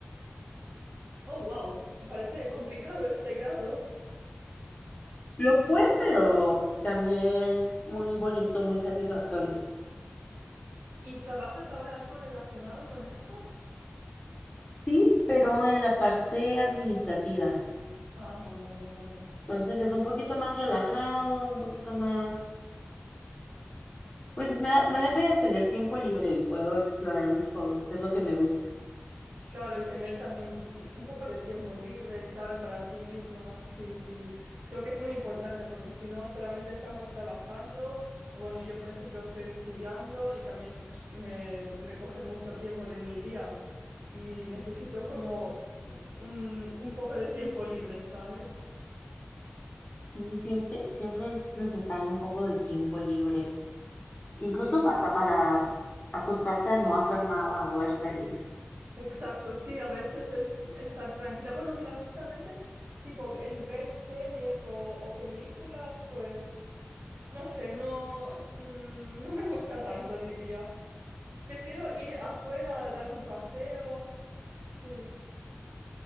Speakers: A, on the right (about 60°); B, on the left (about 35°).
A: Oh, wow, me parece complicado este grado.
B: Lo fue, pero también muy bonito, muy satisfactorio.
A: ¿Y trabajas ahora algo relacionado con esto?
B: Sí, pero en la parte administrativa.
A: Ah, vale, vale.
B: Entonces es un poquito más relajado, un poquito más, pues me, me deja de tener tiempo libre y puedo explorar mis hobbies, que es lo que me gusta.
A: Claro, y tener también mm, un poco de tiempo libre y tal para ti misma, sí, sí. Creo que es muy importante porque si no, solamente estamos trabajando, o bueno, yo por ejemplo estoy estudiando y también me, me coge mucho tiempo de mi día y necesito como mm, un, un poco de tiempo libre, ¿sabes?
B: Y siempre, siempre es necesario un poco de tiempo libre, incluso
A: Sí, sí,
B: hasta
A: sí.
B: para acostarte a no hacer nada o ver series.
A: Exacto, sí, a veces es estar tranquila. Bueno, mira, justamente tipo el ver series o o películas, pues... No sé, no, mm, no me gusta tanto, diría. Prefiero ir afuera a dar un paseo. Sí,